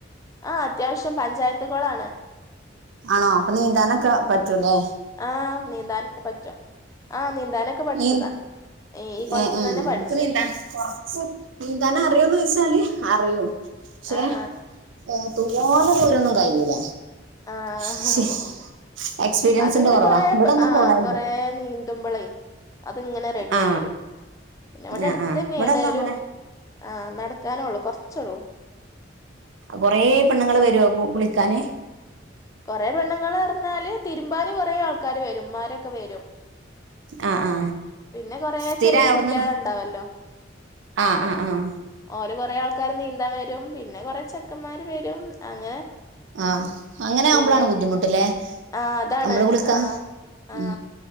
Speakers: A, on the left; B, on the right.
A: ആ അത്യാവശ്യം പഞ്ചായത്തുകൊ ളാണ്
B: ആണോ അപ്പൊ നീന്താനൊകേ പറ്റൂലേ
A: ആഹ് നീന്താനൊക്കെ പറ്റും ആ നീന്താനൊക്കെ പഠിച്ചതാ
B: നീ
A: ഈ കൊളത്തുന്ന്
B: ഏ ഏഹ്
A: തന്നെ
B: എനക്ക്
A: പഠിച്ചെ
B: നീന്താന് കൊറച്ച് നീന്താന് അറിയോന്ന് ചോയിച്ചാല് അറിയും പക്ഷെ
A: ആഹ്
B: ആ തോന ദൂരൊന്നും കഴിയൂല
A: ആ
B: ശ്ശെ,
A: ഹ ഹ
B: എക്സ്പീരിയൻസിന്റെ
A: അതിങ്ങനെ
B: കുറവാ
A: കൊറെ
B: ഇവിടെ ഒന്നും
A: ആ
B: കുളമില്ല
A: കൊറ നീ നീന്തുമ്പളേ അത്ങ്ങനെ റെഡി
B: ആ
A: ആയി വരും പിന്നെ ഇവിടെ
B: ആ
A: അടുത്ത്
B: ആ
A: തന്നെയാണ്
B: ഇവിടെ ഒന്നും അങ്ങനെ
A: ഒരു ആ നടക്കാന് ഒള്ളൂ കൊറച്ചള്ളൂ
B: കൊറെ പെണ്ണുങ്ങൾ വരൂ കുളിക്കാന്.
A: കുറെ പെണ്ണുങ്ങൾ പറഞ്ഞാല് തിരുമ്പാന് കുറേ ആൾക്കാര് വരും ഇ മാരൊക്കെ വരും.
B: ആ ആ
A: പിന്നെ കൊറേ
B: സ്ഥിരം
A: ചെറിയ
B: അവിടുന്ന്
A: കുട്ടികളുണ്ടാവല്ലോ.
B: ആ ആ ആഹ്
A: ഓല് കൊറേ ആൾക്കാര് നീന്താൻ വരും പിന്നെ കൊറേ ചെക്കന്മാര് വരും അങ്ങനെ
B: ആഹ് അങ്ങനെ ആവുമ്പോളാണ്
A: പിന്നെ
B: ബുദ്ധിമുട്ടില്ലേ
A: ആ അതാണ്
B: നമ്മൾ കുളിക്കാ
A: ആ ആ
B: ഉം